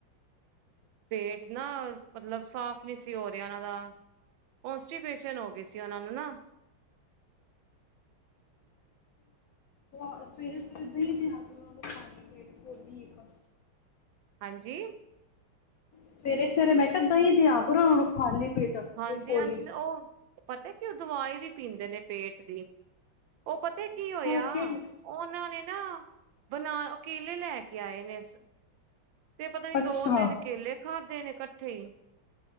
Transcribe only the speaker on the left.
ਸਵੇਰੇ-ਸਵੇਰੇ ਦਹੀਂ ਦਿਆ ਕਰੋ ਉਨਾਂ ਨੂੰ ਖਾਲੀ ਪੇਟ ਕੋਲੀ ਇੱਕ
ਸਵੇਰੇ ਼-ਸਵੇਰੇ ਮੈਂ ਕਿਹਾ ਦਹੀ ਦਿਆ ਕਰੋ ਉਹਨਾ ਨੂੰ ਖਾਲੀ ਪੇਟ
ਇੱਕ ਕੋਲੀ
ਅੱਛਾ
ਕਿਹੜੀ
ਅੱਛਾ